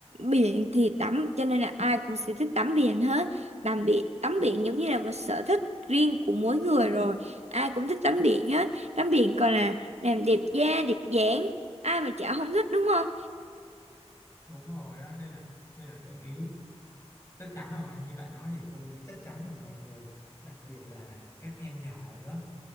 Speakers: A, on the right; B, on the left.
A: biển thì tắm cho nên là ai cũng sẽ thích tắm biển hết tắm biển tắm biển giống như là một sở thích riêng của mỗi người rồi ai cũng thích tắm biển hết tắm biển còn là làm đẹp da đẹp dáng ai mà chả không thích đúng không
B: đúng rồi á nên là nên là tôi nghĩ chắc chắn rồi như bạn nói thì tôi nghĩ chắc chắn là mọi người đặc biệt là các em nhỏ nữa